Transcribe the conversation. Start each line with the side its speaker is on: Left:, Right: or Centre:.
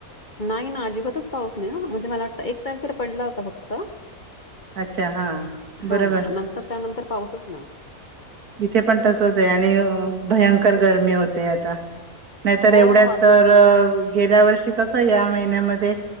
Left: नाही ना अजिबातच पाऊस नाही म्हणजे मला वाटत एक तारखेला पडला होता फक्त
Right: अच्छा हां
Left: हा
Right: बरं बरं
Left: नंतर त्यानंतर पाऊसच नाही
Right: इथे पण तसच आहे आणि भयंकर गरमी होते आता. नाहीतर
Left: हो
Right: एवढ्यात
Left: अजून
Right: तर
Left: पण
Right: गेल्या वर्षी कसं या महिन्यामध्ये